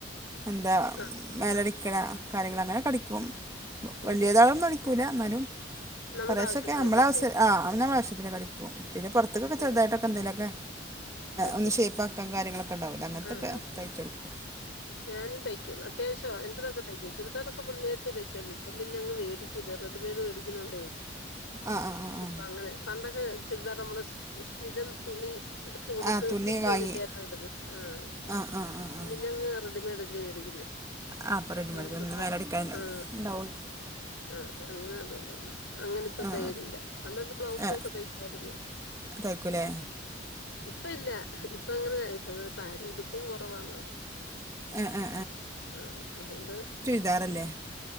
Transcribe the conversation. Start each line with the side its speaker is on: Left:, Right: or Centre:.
Right: എന്താ
Left: ആഹ്
Right: മേലടിക്ക്ണ കാര്യങ്ങള് അങ്ങനെക്കടിക്കും വല്ല്യാെതാളൊന്നും
Left: ഓഹ്
Right: അടിക്കൂല ന്നാലും
Left: നമ്മുടെ
Right: കൊറെശക്കെ
Left: ആവശ്യത്തിനൊക്കെ
Right: നമ്മളാവ്സ
Left: അല്ലേ
Right: ആഹ് അവനാനവശ്യത്തിനടിക്ക്
Left: ഉം
Right: ഓ പിന്നെ പുറത്ക്ക് ഒക്കെ
Left: ഞാൻ
Right: ചെറുതായിട്ടൊക്കെ എന്തേലും ഒക്കെ
Left: തയ്ച്ചോളും
Right: ഒന്ന് ഷേയ്പ്പാക്കാൻ കാര്യങ്ങളൊക്കെ ഒക്കെണ്ടാവും അങ്ങൻത്തൊക്കെ
Left: ആഹ് ആഹ്
Right: തയ്ച്ചാെട്ക്കും
Left: ആഹ് ഞാനും തയ്ക്കും അത് അത്യാവശ്യവാ എൻ്റെതൊക്കെ തയ്ക്കും ചുരിദാറൊക്കെപ്പ നേര്ത്തെ തയ്ക്കാന്നി ഇപ്പ പിന്നെങ് വേടിക്കെയ്ത് റെഡമെയ്ട് വേടിക്കുന്നോണ്ടേ
Right: ആഹ് ആഹ് ആഹ്
Left: ഇപ്പൊ അങ്ങനെ പണ്ടൊക്കെ ചുരിദാറമ്മള് സ് സ്ഥിരം തുണി ഇട്ത്ത് കൊടുത്ത്
Right: ആ തുണി
Left: സ്റ്റിച്ചെയ്തിട്ടായിരുന്നു
Right: വാങ്ങി
Left: ഇട്ന്ന് ആഹ്
Right: ആ ആ ആ
Left: ഇപ്പം
Right: ആ
Left: പിന്നെങ്ങ് റെഡിമെയ്ഡല്ലേ മേടിക്കുന്നേ
Right: ആഹ് അപ്പം റെഡിമെയ്ഡ്
Left: അതുകൊണ്ടിപ്പ
Right: ഒന്ന് മേലടിക്കാല്ലെ
Left: ആഹ്
Right: ഇണ്ടാവാെള്ളൂ
Left: ആഹ് അങ്ങനെ അതുണ്ട് അങ്ങനെ ഇപ്പ
Right: ആ
Left: തയ്യലില്ല പണ്ടഅന്ന് ബ്ലൗസാെഒക്കെ
Right: ആ
Left: തയ്ക്കുവായിര്ന്ന്
Right: തയ്ക്കൂലേ
Left: ഇപ്പ ഇല്ല ഇപ്പ എങ്ങനെ സാരി ഉടുപ്പും കുറവാണ്
Right: ആ ആ
Left: ആ അതൊണ്ട്
Right: കതാറല്ലേ